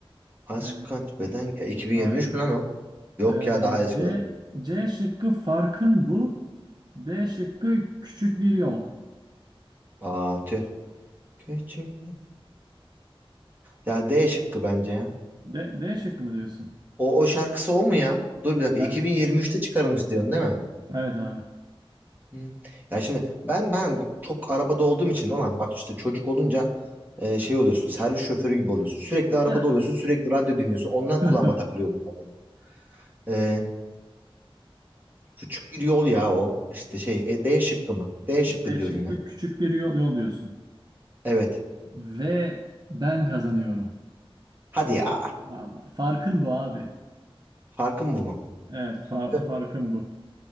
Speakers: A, on the right; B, on the right.
A: Aşk
B: E,
A: kaç beden ya 2023
B: aynen.
A: mü lan o? Yok
B: E,
A: ya daha eski
B: C,
A: o da.
B: C şıkkı farkın bu. D şıkkı küçük bir yol.
A: Aa tüh. Küçük ya D şıkkı bence ya.
B: D, D şıkkı mı diyorsun?
A: O, o şarkısı o mu ya? Dur bir
B: Ben.
A: dakika 2023'te çıkarılmış diyorsun değil mi?
B: Evet abi.
A: Hı. Ya şimdi ben ben çok arabada olduğum için olan bak işte çocuk olunca e, şey oluyorsun servis şoförü gibi oluyorsun. Sürekli arabada
B: Ya.
A: oluyorsun sürekli radyo dinliyorsun ondan
B: <laughs>
A: kulağıma takılıyor bunlar benim. E, küçük bir yol ya o işte şey e, D şıkkı mı? D şıkkı
B: D
A: diyorum
B: şıkkı
A: ya.
B: küçük bir yol, yol diyorsun.
A: Evet
B: Ve ben kazanıyorum.
A: hadi ya
B: Vallahi farkın bu abi.
A: farkın bu mu?
B: Evet, fa-
A: Tüh.
B: farkın bu.